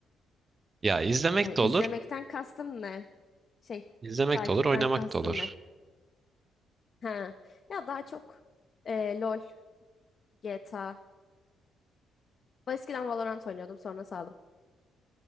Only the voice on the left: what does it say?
Yani izlemekten
kastın ne? Şey,
takipten
kastın
ne? Ha. Ya daha çok e, LOL, GTA. Ben Eskiden Valorant oynuyordum, sonra saldım.